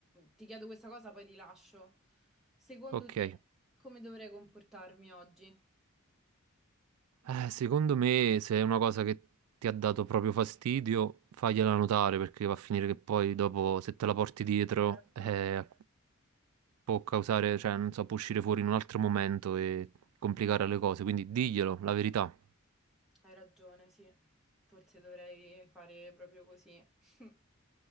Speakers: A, in the centre; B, on the right.
A: ti chiedo questa cosa, poi ti lascio. Secondo
B: Ok.
A: te, come dovrei comportarmi oggi?
B: Eh, secondo me, se è una cosa che ti ha dato proprio fastidio, fagliela notare perché va a finire che poi dopo, se te la porti dietro,
A: Hai ragione,
B: eh, può causare, cioè, non so, può uscire fuori in un altro momento e complicare le cose. Quindi diglielo, la verità.
A: hai ragione, sì. Forse dovrei fare proprio così. <laughs>